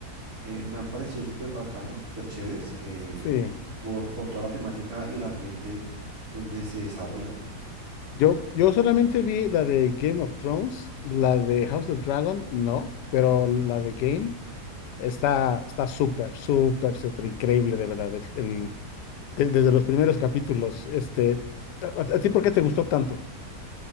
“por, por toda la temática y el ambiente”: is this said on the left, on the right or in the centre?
Right